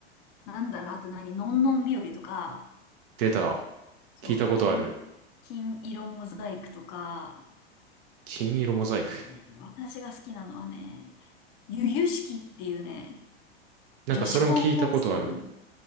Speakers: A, on the left (about 45°); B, on the right (about 55°).
A: なんだろう、あと何、のんのん日和とか、
B: 出た。
A: そう、
B: 聞いたことある。
A: 金、金色モザイクとか、
B: 金色モザイク。
A: ね、私が好きなのはね、ゆゆしきっていうね、
B: なんかそれも聞いたことある。
A: 女子高校生の、